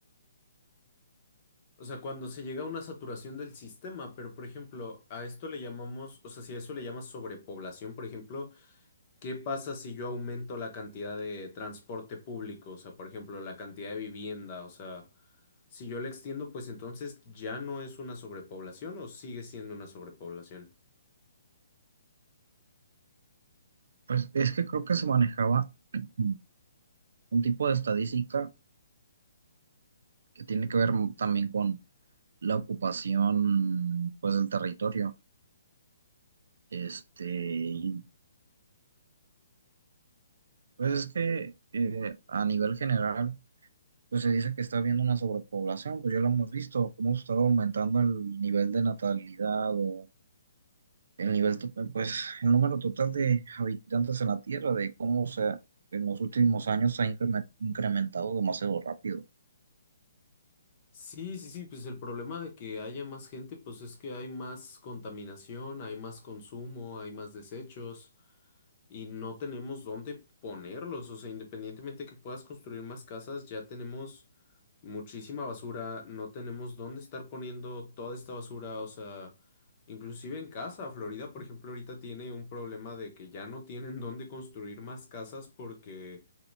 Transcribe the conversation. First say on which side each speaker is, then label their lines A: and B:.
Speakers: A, on the left (about 30°); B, on the right (about 60°).
A: o sea, cuando se llega a una saturación del sistema, pero, por ejemplo, a esto le llamamos, o sea, si a eso le llamas sobrepoblación, por ejemplo, ¿Qué pasa si yo aumento la cantidad de transporte público? O sea, por ejemplo, la cantidad de vivienda. O sea, si yo la extiendo, pues entonces ya no es una sobrepoblación o sigue siendo una sobrepoblación.
B: Pues es que creo que se manejaba <clears throat> un tipo de estadística que tiene que ver también con la ocupación, pues, del territorio. Este, y, pues es que eh, a nivel general, pues se dice que está habiendo una sobrepoblación, pues ya lo hemos visto, cómo ha estado aumentando el nivel de natalidad o el nivel, to- pues el número total de habitantes en la Tierra, de cómo se, ha- en los últimos años se ha increme- incrementado demasiado rápido.
A: Sí, sí, sí, pues el problema de que haya más gente, pues es que hay más contaminación, hay más consumo, hay más desechos. y no tenemos dónde ponerlos. O sea, independientemente que puedas construir más casas, ya tenemos muchísima basura, no tenemos dónde estar poniendo toda esta basura. O sea, inclusive en casa, Florida, por ejemplo, ahorita tiene un problema de que ya no tienen dónde construir más casas porque,